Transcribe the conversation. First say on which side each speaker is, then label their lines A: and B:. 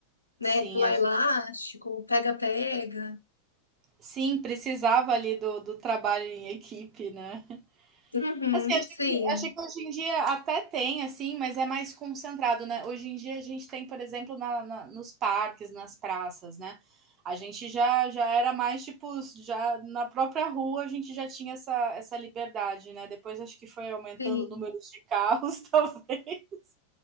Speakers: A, on the left; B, on the right.
A: né?
B: sim,
A: Pular
B: a
A: elástico,
B: gente,
A: pega-pega.
B: sim, precisava ali do, do trabalho em equipe, né?
A: Uhum,
B: Assim, acho
A: sim,
B: que, acho que hoje em dia até tem, assim, mas é mais concentrado, né? Hoje em dia a gente tem, por exemplo, na, na- nos parques, nas praças, né? A gente já, já era mais, tipo, já na própria rua a gente já tinha essa, essa liberdade, né? Depois acho que foi aumentando
A: sim.
B: o número de carros, <laughs> talvez.